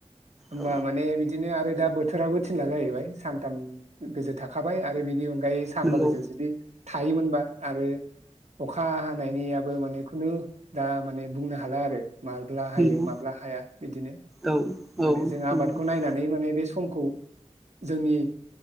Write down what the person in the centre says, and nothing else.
औ
नंगौ
नंगौ
औ औ
नंगौ